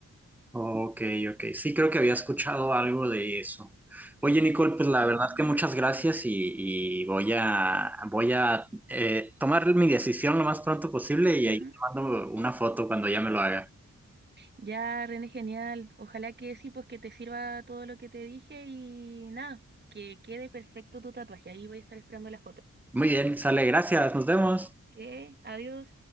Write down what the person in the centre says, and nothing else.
Ok, ok. Sí, creo que había escuchado algo de eso. Oye, Nicole, pues la
verdad que muchas gracias y, y voy a, voy a eh, tomar mi decisión lo más pronto posible y
ahí te mando una foto cuando ya me lo haga.
Muy bien, sale, gracias, nos vemos.